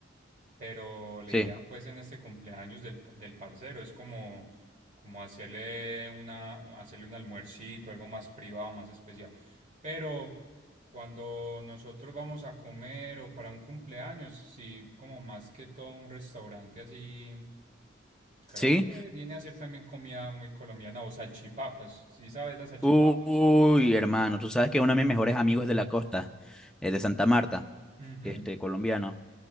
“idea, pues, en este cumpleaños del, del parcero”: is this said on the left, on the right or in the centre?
Right